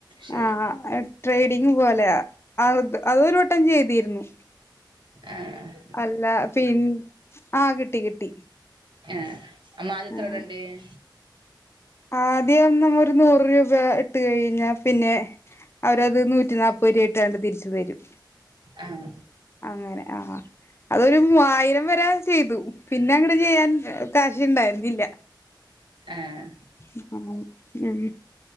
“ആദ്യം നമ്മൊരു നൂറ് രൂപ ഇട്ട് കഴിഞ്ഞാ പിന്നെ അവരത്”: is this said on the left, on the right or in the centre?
Left